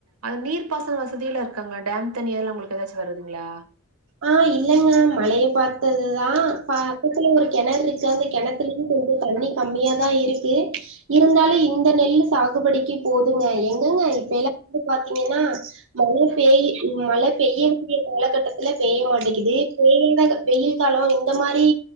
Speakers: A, on the right; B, on the right.
A: அது நீர்ப்பாசன வசதில்லா இருக்காங்ளா டேம் தண்ணி எதுல்லா உங்களுக்கு ஏதாச்சு வருதுங்ளா
B: ஆ இல்லங்க மழைய பாத்ததுதா ப பக்கத்துல ஒரு கெணறு இருக்கு அந்த கெணத் துலையு கொஞ்ச தண்ணி கம்மியாதா இருக்கு இருந்தாலு இந்த நெல்லு சாகுபடிக்கி போதுங்க எங்கங்க இப்பெல்லா வந்து பாத்தீங்கன்னா மழை பேய் மழை பெய்ய வேண்டிய காலகட்டத் துல பேய மாட்டேக்கிது பேய்றத வெயில் காலோ இந்த மாரி